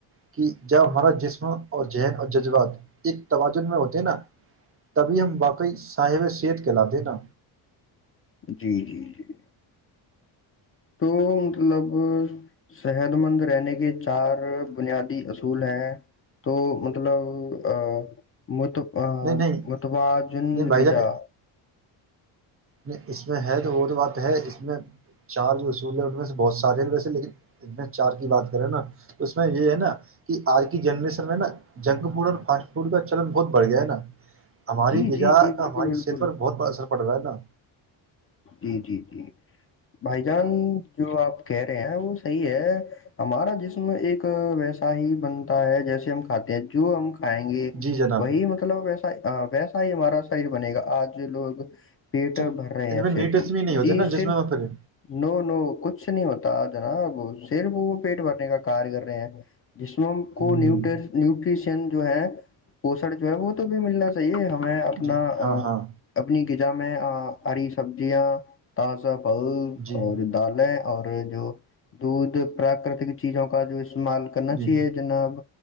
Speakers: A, on the right; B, on the left.
A: کہ جب ہمارا جسم اور ذہن اور جذبات ایک توجن میں ہوتے نا تبھی ہم واقعی صاحب صحت کہلاتے نا
B: جی جی جی تو مطلب صحت مند رہنے کے چار بنیادی اصول ہیں تو مطلب ا مت
A: نہیں نہیں
B: متوازن
A: نہیں بھائی
B: غزا
A: جان نہیں اس میں ہے تو وہ تو بات ہے اس میں چار جو اصول ہے ان میں سے بہت سارے ہیں ویسے لیکن چار کی بات کریں نا تو اس میں یہ ہے نا کہ آج کی جنریشن میں نا جنک فڈ اور فاسٹ فوڈ کا چلن بہت بڑھ گیا ہے نا ہماری
B: جی
A: غذا
B: جی جی
A: کا
B: بالکل
A: ہماری
B: بالکل
A: صحت پر بہت بڑاثر پڑ رہ ہے نا
B: جی جی جی بھائی جان جو آپ کہہ رہے ہیں وہ صحیح ہے ہمارا جسم ایک ویسا ہی بنتا ہے جیسے ہم کھاتے ہیں جو ہم آائیں گے
A: جی جناب
B: وہی مطلب ایسا ہ ویسا ہی ہمارا شر بنے گا آج لوگ پیٹر
A: چک
B: بھر رہے
A: ان
B: ہیں
A: میں نیٹس
B: صرف
A: بھی نہیں ہوتے
B: جی
A: نا
B: صرف
A: جس میں میں پھر
B: نو نو کچھ نہیں ہوتا نا اب صرف وہ پیٹ بھرنے کا کار کر رہے ہیں جسموں
A: ہوں،
B: کو نیٹ نیوٹریشن جو ہے پوسن جو ہے وہ تو بھی ملنا چاہیے ہم میں اپنا
A: جی ہاں ہاں
B: اپنی جا میں عریش سبزیاں تازہ پھل
A: جی
B: اور دالیں اور جو دودھ پراکرتک چیزوں کا جو استعمال کرنا چاہیے
A: جی
B: جناب